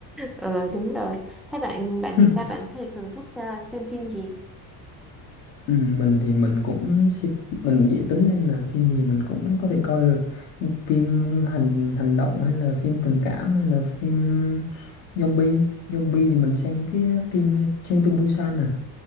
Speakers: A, in the centre; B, on the left.
A: ờ đúng rồi thế bạn bạn
B: <laughs>
A: thì sao bạn thì thường thích ờ, xem phim gì
B: ừ, mình thì mình cũng si- mình cũng dễ tính nên là phim gì mình cũng có thể coi được Nhưng phim hành hành động hay là phim tình cảm hay là phim zombie zombie thì mình xem cái ờ, phim Train to Busan à